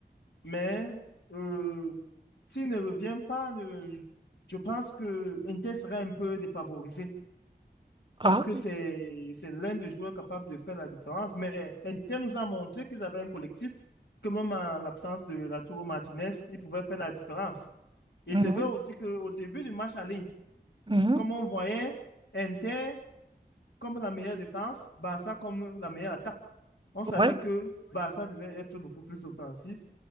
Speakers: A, on the left; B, on the right.
A: mais euh, s'il ne revient pas, euh, je pense que Inter sera un peu défavorisé
B: Ah,
A: parce que c'est c'est l'un des joueurs capables de faire la différence. Mais Inter nous a montré qu'ils avaient un collectif, que même en l'absence de Lautaro Martinez, ils pouvaient faire la différence. Et
B: mhm.
A: c'est vrai aussi qu'au début du match aller,
B: Mhm.
A: comme on voyait, Inter comme la meilleure défense, Barça comme la meilleure attaque. On savait
B: Ouais.
A: que Barça devait être beaucoup plus offensif.